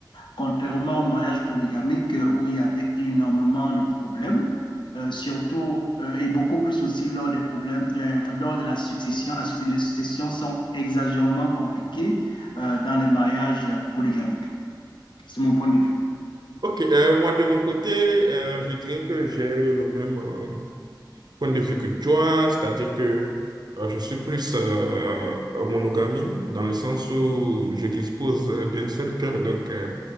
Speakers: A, on the left; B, on the right.
A: contrairement au mariage polygamique euh, où il y avait énormément de problèmes, euh, surtout euh, et beaucoup plus aussi lors des problèmes de, lors de la succession. La, suc- les successions sont exagérément compliquées euh, dans les mariages euh, polygamiques. C'est mon point de vue.
B: Ok, euh, moi de mon côté, euh, je dirais que j'ai le même. euh, point de vue que toi, c'est-à-dire que euh, je suis plus euh, en monogamie, dans le sens où je dispose euh, d'un seul cœur, donc euh,